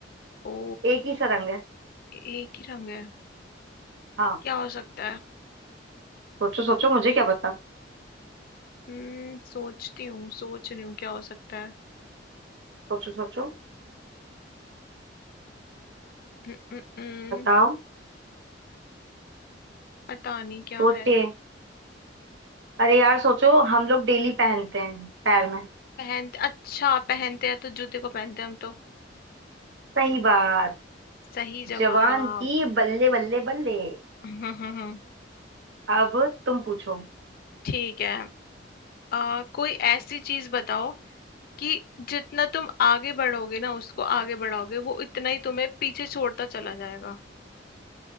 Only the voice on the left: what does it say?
ओ
एक ही रंग है
क्या हो सकता है
हम्म सोचती हूँ सोच रही हूँ क्या हो सकता है
हम्म, हम्म, हम्म,
पता नहीं क्या
है
पहन अच्छा पहनते हैं तो जूते को पहनते हैं हम तो
सही जवाब
<laughs>
हम्म हम्म, हम्म,
ठीक है आ, कोई ऐसी चीज बताओ कि जितना तुम आगे बढ़ोगे ना उसको आगे बढ़ाओगे वो उतना ही तुम्हें पीछे छोड़ता चला जाएगा